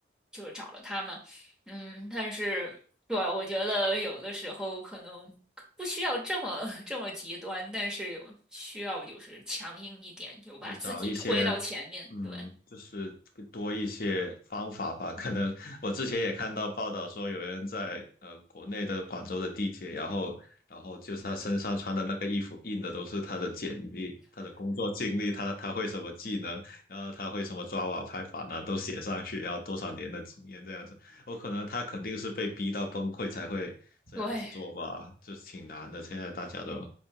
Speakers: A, in the centre; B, on the left.
A: 就是找了他嘛。嗯，但是对，我觉得有的时候可能不需要这么这么极端，但是有需要就是强硬一点，就把自己推到前面。
B: 就找一些嗯，
A: 对，
B: 就是多一些方法吧。可能我之前也看到报道说，有人在呃国内的广州的地铁，然后然后就是他身上穿的那个衣服印的都是他的简历、他的工作经历、他他会什么技能，然后他会什么抓瓦拍法呢，都写上去，然后多少年的经验这样子。我可能他肯定是被逼到崩溃才会这样子做吧，
A: 对，
B: 就是挺难的。现在大家都